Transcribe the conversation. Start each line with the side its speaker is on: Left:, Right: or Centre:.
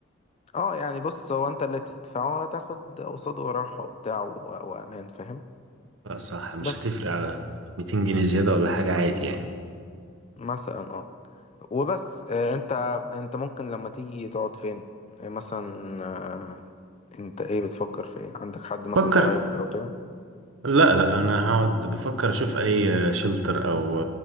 Left: اه يعني بص هو انت اللي تدفعه هتاخد قصاده راحة وبتاع و- وامان فاهم
Right: لا صح مش
Left: بس
Right: هتفرق على 200 جنيه زيادة ولا حاجة عادي يعني
Left: مثلا اه وبس آه انت انت ممكن لما تيجي تقعد فين آه، مثلا آه انت ايه بتفكر في ايه عندك حد مثلا
Right: فكر
Left: قرايبك او كده
Right: لا لا أنا هقعد بفكر أشوف أي شلتر أو